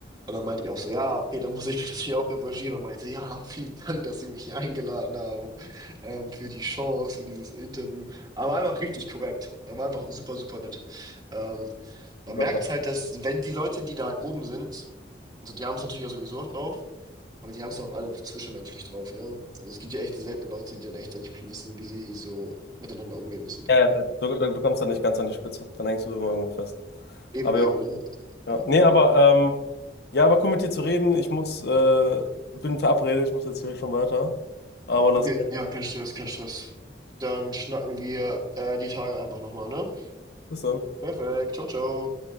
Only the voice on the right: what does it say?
und dann meinte ich auch so, ja, okay, dann muss ich mich natürlich auch revanchieren. Und meinte, ja, vielen Dank, dass Sie mich hier eingeladen haben, ähm, für die Chance, für dieses Interview. Aber einfach richtig korrekt. Er war einfach super, super nett. Ähm, man
merkt
halt, dass wenn die Leute, die da halt oben sind, also die haben es natürlich auch sowieso auch drauf, aber die haben es auch alle zwischenmenschlich drauf, ne? Also es gibt ja echt selten Leute, die dann echt dann nicht wissen, wie sie so miteinander umgehen müssen.
Eben,
eben, ne?
Ja.
Okay,
ja, kein Stress, kein Stress. Dann schnacken wir äh, die Tage einfach nochmal, ne?
Perfekt, ciao, ciao.